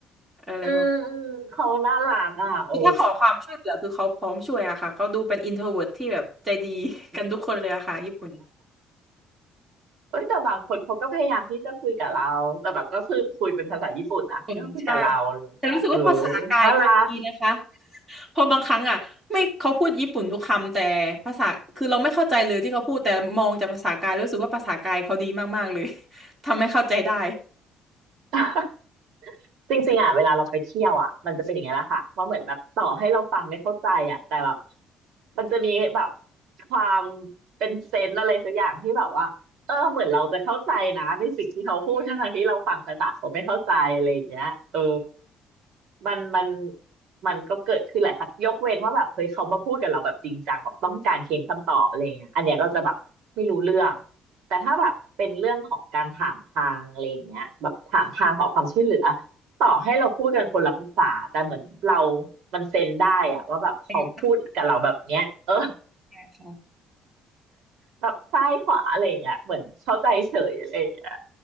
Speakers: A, on the right; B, on the right.
A: อะไรประมาณ
B: อืมอืมเขาน่ารักอ่ะโอ้
A: คือถ้าขอความช่วยเหลือคือเขาพร้อมช่วยอะค่ะเขาดูเป็นอินโทรเวิร์ตที่แบบใจดี <laughs> กันทุกคนเลยอะค่ะญี่ปุ่น
B: เอ้ยแต่บางคนเขาก็พยายามที่จะคุยกับเราแต่แบบก็คือคุยเป็นภาษาญี่ปุ่นนะก็คุยกับเราอะไรอย่างเงี้ยเออ
A: ผลใช่ แต่รู้สึกว่าภาษากายเขาดีนะคะ
B: น่ารัก
A: เพอบางครั้งอ่ะไม่เขาพูดญี่ปุ่นทุกคำแต่ภาษาคือเราไม่เข้าใจเลยที่เขาพูดแต่มองจากภาษากายรู้สึกว่าภาษากายเขาดีมากๆเลย <laughs> ทำให้เข้าใจได้
B: <laughs> จริงๆอ่ะเวลาเราไปเที่ยวอ่ะมันจะเป็นอย่างเงี้ยแหละค่ะว่าเหมือนแบบต่อให้เราฟังไม่เข้าใจอ่ะแต่แบบมันจะมีแบบความเป็นเซนส์อะไรสักอย่างที่แบบว่าเออเหมือนเราจะเข้าใจนะในสิ่งที่เขาพูดทั้งๆที่เราฟังภาษาเขาไม่เข้าใจอะไรอย่างเงี้ยเออ มันมันมันก็เกิดขึ้นหลายครั้งยกเว้นว่าแบบเฮ้ยเขามาพูดกับเราแบบจริงจังแบบต้องการเค้นคำตอบอะไรเงี้ยอันเนี้ยเราจะแบบไม่รู้เรื่องแต่ถ้าแบบเป็นเรื่องของการถามทางอะไรเงี้ยแบบถามทางขอความช่วยเหลือต่อให้เราพูดกันคนละภาษาแต่เหมือนเรามันเซนได้อะว่าแบบเขาพูดกับเราแบบเนี้ยเออ
A: ใช่ค่ะ
B: แบบซ้ายขวาอะไรเงี้ยเหมือนเข้าใจเฉยอะไรเงี้ย